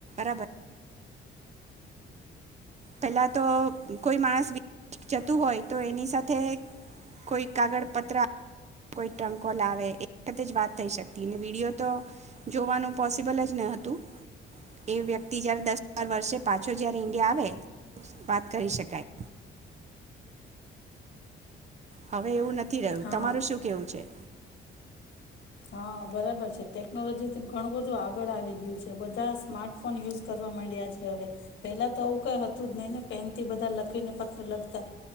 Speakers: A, on the right; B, on the left.
A: બરાબર. પેલા તો કોઈ માણસ જતું હોય તો એની સાથે કોઈ કાગળ પત્ર કોઈ ટ્રંકો લાવે એ વખતે જ વાત થઈ શકતી અને વિડીયો તો, જોવાનું પોસિબલ જ ન હતું, એ વ્યક્તિ જય્યારે દસ બાર વર્ષે પાછો જય્યારે ઈન્ડિયા, આવે વાત કરી શકાય. હવે એવું નથી રહ્યું,
B: હા
A: તમારું શું કેવું છે?
B: હા બરાબર છે ટેકનોલોજી થી ઘણું બધું આગળ આવી ગયું છે બધા સ્માર્ટફોન યુઝ કરવા માંડ્યા છે હવે, પેલા તો આવું કઈ હતું જ નઈિ ને પેન થી બધા લખીને પત્ર લખતા,